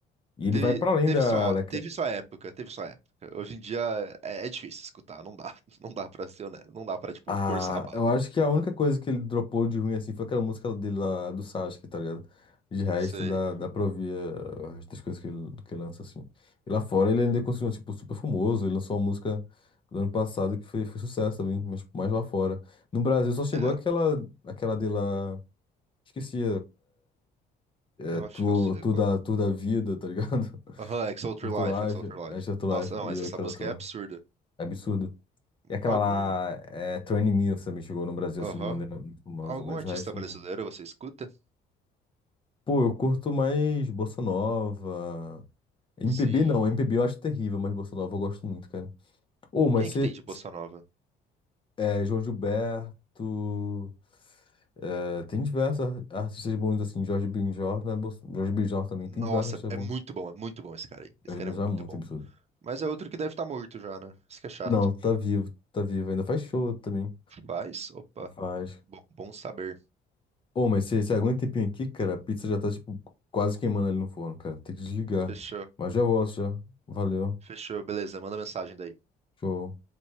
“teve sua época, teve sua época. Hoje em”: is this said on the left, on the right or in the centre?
Right